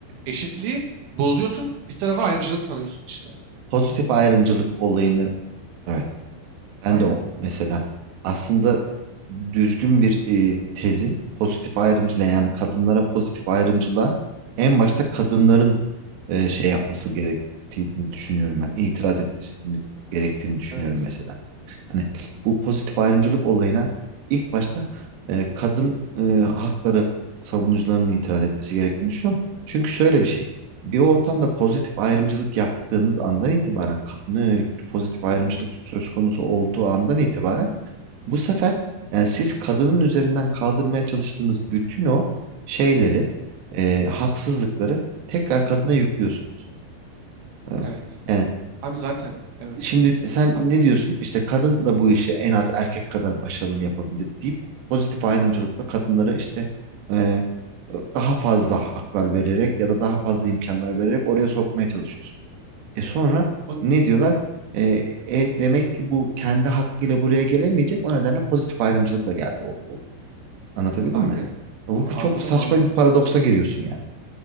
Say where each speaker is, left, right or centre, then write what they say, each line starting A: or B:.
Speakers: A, on the right (about 85°); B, on the right (about 70°).
A: Eşitliği bozuyorsun, bir tarafa ayrıcalık tanıyorsun işte.
B: Pozitif ayrımcılık olayını evet. Ben
A: Aynen.
B: de o mesela aslında düzgün bir e, tezin pozitif ayrımcılığa yani kadınlara pozitif ayrımcılığa en başta kadınların e, şey yapması gerektiğini düşünüyorum ben. İtiraz etmesi gerektiğini düşünüyorum
A: Evet.
B: mesela. Hani bu pozitif ayrımcılık olayına ilk başta e, kadın e, hakları savunucularının itiraz etmesi gerektiğini düşünüyorum. Çünkü şöyle bir şey. Bir ortamda pozitif ayrımcılık yaptığınız andan itibaren kadına yönelik bir pozitif ayrımcılık söz konusu olduğu andan itibaren bu sefer yani siz kadının üzerinden kaldırmaya çalıştığınız bütün o şeyleri e, haksızlıkları tekrar kadına yüklüyorsunuz. E,
A: Evet.
B: yani
A: Abi zaten. Evet,
B: Şimdi
A: evet.
B: sen
A: Haklısın.
B: ne diyorsun? İşte kadın da bu işi en az erkek kadar başarılı yapabilir deyip pozitif ayrımcılıkla kadınlara işte e, daha fazla haklar vererek ya da daha fazla
A: Evet.
B: imkanlar vererek oraya sokmaya çalışıyorsun. E sonra
A: On,
B: ne diyorlar? E, e, demek ki bu kendi hakkıyla buraya gelemeyecek. O nedenle pozitif ayrımcılıkla geldi oldu oluyor. Anlatabildim
A: abi
B: mi? Bu
A: e, anladım
B: çok saçma
A: anladım.
B: bir paradoksa giriyorsun yani.